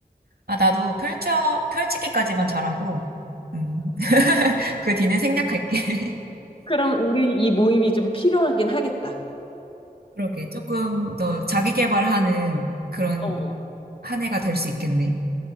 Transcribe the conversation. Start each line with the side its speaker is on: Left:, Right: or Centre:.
Right: 아, 나도 펼쳐, 펼치기까지만 잘하고, 음, <laughs> 그 뒤는 생략할게. <laughs>
Left: 그럼 우리 이 모임이 좀 필요하긴 하겠다.
Right: 그러게. 조금 더 자기 개발하는 그런
Left: 어.
Right: 한 해가 될 수 있겠네.